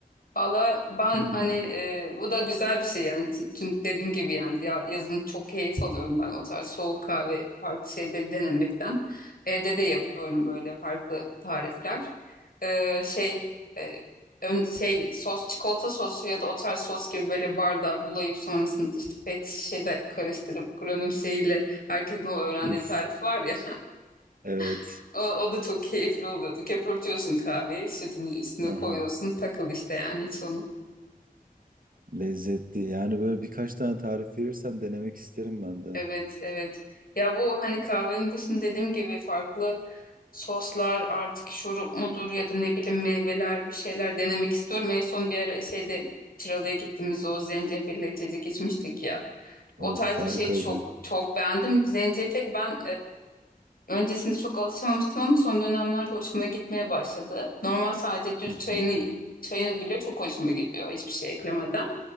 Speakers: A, on the left; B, on the right.
A: Valla ben
B: hmm.
A: hani e, bu da güzel bir şey yani çünkü dediğim gibi yani ya, yazın çok keyif alıyorum ben o tarz soğuk kahve farklı şeyleri denemekten. Evde de yapıyorum böyle farklı tarifler. E, şey e, ön, şey sos çikolata sosu ya da o tarz sos gibi böyle bardağa bulayıp sonrasında işte pet şişede karıştırıp granül şeyiyle herkesin o öğrendiği
B: Üf
A: tarif var ya
B: evet.
A: <laughs> o, o da çok keyifli oluyordu. Köpürtüyorsun kahveyi sütünü üstüne
B: Aha,
A: koyuyorsun takıl işte yani hiç onu.
B: lezzetli. Yani böyle birkaç tane tarif verirsen denemek isterim ben de.
A: Evet, evet. Ya bu hani kahvenin dışında dediğim gibi farklı soslar artık şurup mudur ya da ne bileyim meyveler bir şeyler denemek istiyorum. En son bir ara şeyde Çıralı'ya gittiğimizde o zencefilli içecek içmiştik ya. O
B: Of
A: tarz
B: harikaydı.
A: bir şey çok çok beğendim. Zencefil ben Öncesinde çok alışamamıştım ama son dönemlerde hoşuma gitmeye başladı. Normal sadece düz
B: <laughs>
A: çayını çayını bile çok hoşuma gidiyor hiçbir şey eklemeden.